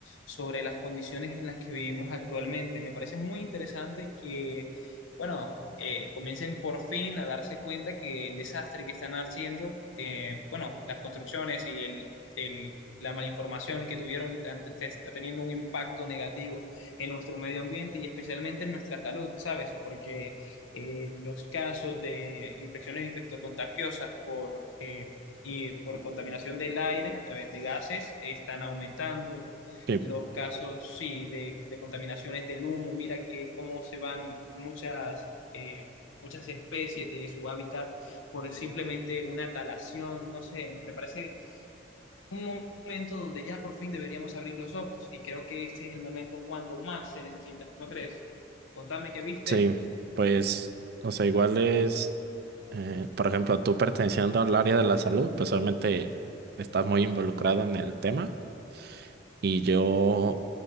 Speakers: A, on the left (about 80°); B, on the right (about 50°).
A: sobre las condiciones en las que vivimos actualmente. Me parece muy interesante que, bueno, eh, comiencen por fin a darse cuenta que el desastre que están haciendo, eh, bueno, las construcciones y el, el- la malinformación que tuvieron tan- te- te- está teniendo un impacto negativo en nuestro medio ambiente y especialmente en nuestra salud, ¿sabes? Porque eh, los casos de infecciones infectocontagiosas por, eh, y por contaminación del aire a través de gases están aumentando.
B: Sí.
A: Los casos, sí, de, de contaminaciones del humo, mira que cómo se van muchas, eh, muchas especies de su hábitat por simplemente una talación, no sé, me parece un momento donde ya por fin deberíamos abrir los ojos y creo que este es el momento cuando más se necesita, ¿no crees? Contame qué viste.
B: Sí, pues, o sea, igual es, eh, por ejemplo, tú perteneciendo al área de la salud, pues obviamente estás muy involucrado en el tema y yo